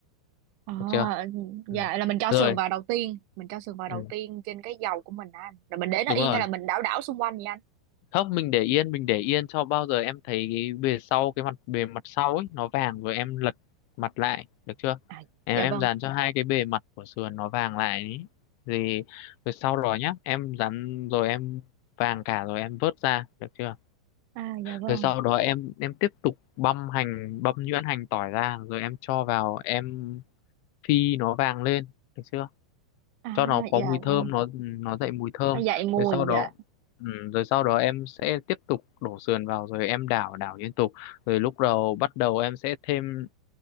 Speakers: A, on the right; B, on the left.
A: Ờ,
B: được chưa
A: ừ.
B: ừ.
A: dạ là mình cho
B: rồi
A: sườn vào đầu tiên, mình cho sườn vào
B: ừ,
A: đầu tiên trên cái dầu của mình á anh. Rồi mình để nó
B: đúng
A: yên
B: rồi
A: hay là mình đảo đảo xung quanh vậy anh?
B: không mình để yên mình để yên cho bao giờ em thấy cái bề sau cái mặt bề mặt sau ấy nó vàng rồi em lật mặt lại được chưa
A: à
B: em
A: dạ
B: em
A: vâng
B: dán cho hai cái bề mặt của sườn nó vàng lại ấy. thì rồi sau đó nhá em dán rồi em vàng cả rồi em vớt ra được chưa
A: à dạ vâng
B: rồi sau đó em em tiếp tục băm hành băm nhuyễn hành tỏi ra rồi em cho vào em phi nó vàng lên được chưa
A: à
B: cho nó có
A: dạ
B: mùi thơm
A: vâng
B: nó nó dậy mùi thơm
A: nó dậy mùi
B: rồi sau đó
A: dạ
B: ừ, rồi sau đó em sẽ tiếp tục đổ sườn vào rồi em đảo đảo liên tục rồi lúc đầu bắt đầu em sẽ thêm